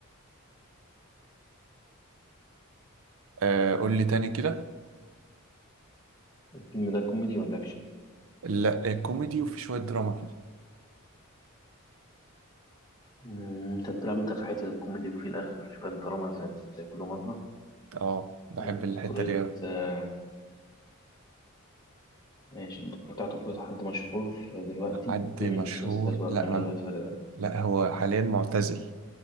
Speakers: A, on the right; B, on the left.
A: آه، قول لي تاني كده
B: الفيلم ده كوميدي ولا أكشن؟
A: لا آه، كوميدي وفي شوية دراما كده
B: مم، انت بتلعب انت في حته الكوميدي وفي الاخر شويه دراما زي زي كل مره
A: اه بحب
B: آه، بطولة
A: الحتة دي أوي.
B: آه، ماشي البطولة بتاعته بطولة حد مشهور دلوقتي
A: حد
B: بيعمل
A: مشهور
B: مسلسلات وأفلام
A: لا ما...
B: دلوقتي ولا لأ؟
A: لا هو حاليا معتزل